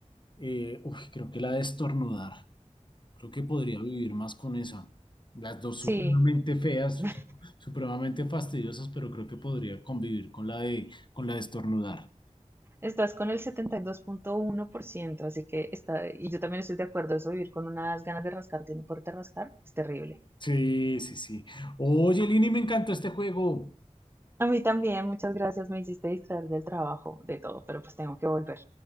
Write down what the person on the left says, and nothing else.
Eh, uy, creo que la de estornudar. Creo que podría vivir más con esa. Las dos
supremamente feas,
su- supremamente fastidiosas, pero creo que podría convivir con la de, con la de estornudar.
Sí, sí, sí. Oye, Lini, me encantó este juego.